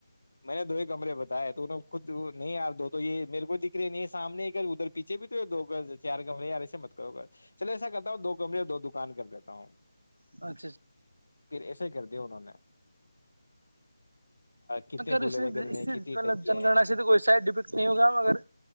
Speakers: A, on the left (about 80°); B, on the right (about 80°).
A: میں نے دو ہی کمرے بتاائے تو ن خود نہیں یار دو تو یہ میرے کوئی دکھ رہے نہیں ہے سامنے ادھر پیچھے بھی تو دو چار کمرے ار ایسے مت کرو گا چلے ایسا کرتا ہوں دو کمرے دو دکان کر دیتا ہوں
B: اچھا اچھا
A: پھر ایسے ہی کر دیا انہوں نے کتنے
B: اگر
A: کولر
B: اس
A: ہے گھر
B: اس
A: میں
B: سے
A: کتنی
B: مطلب
A: ٹنکیاں
B: جن
A: ہیں
B: گنا سے تو کوئی سائڈ افیکٹ نہیں ہوگا مگر